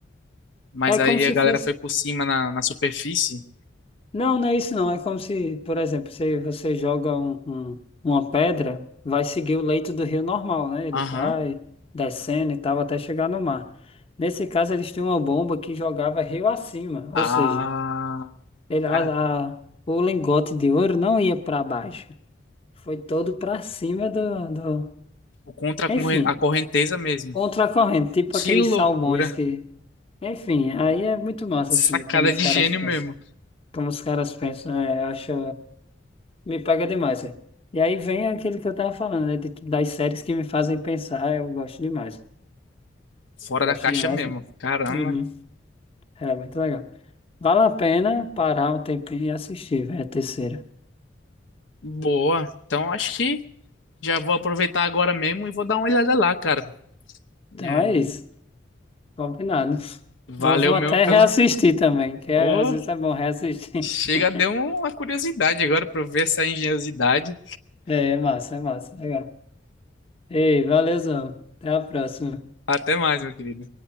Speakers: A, on the left (about 80°); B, on the left (about 30°).
A: Mas
B: é
A: aí
B: como se
A: a galera
B: fosse.
A: foi por cima na, na superfície.
B: Não, não é isso não. É como se, por exemplo, se você joga um, um- uma pedra, vai seguir o leito do rio normal, né? Ele
A: Aham.
B: vai descendo e tal até chegar no mar. Nesse caso, eles tinham uma bomba que jogava rio acima,
A: Ah,
B: ou seja, ele,
A: cara,
B: a, a- o lingote de ouro não ia para baixo, foi todo para cima do, do...
A: por contra a
B: Enfim,
A: corren- a correnteza mesmo.
B: contra a corrente, tipo
A: Que
B: aqueles
A: loucura.
B: salmões que... Enfim, aí é muito massa,
A: Sacada
B: assim, como os
A: de
B: caras
A: gênio
B: pensam.
A: mesmo.
B: Como os caras pensam, é, eu acho. Me pega demais, é. E aí vem aquilo que eu tava falando, né? de- das séries que me fazem pensar, eu gosto demais.
A: Fora
B: Gosto
A: da caixa
B: demais,
A: mesmo.
B: velho.
A: Caramba.
B: Uhum. É muito legal. Vale a pena parar um tempinho e assistir, velho, a terceira.
A: Boa. Então acho que. Já vou aproveitar agora mesmo e vou dar uma olhada lá, cara. E
B: Então
A: aí,
B: é isso. Combinado. <laughs>
A: valeu
B: Vou, vou
A: mesmo
B: até
A: pela.
B: reassistir também, que é-
A: Ô,
B: às vezes é bom reassistir.
A: chega,
B: <laughs>
A: deu uma curiosidade agora pra eu ver essa engenhosidade.
B: É, é massa, é massa. Legal. Ei, valeuzão. Até a próxima.
A: Até mais, meu querido.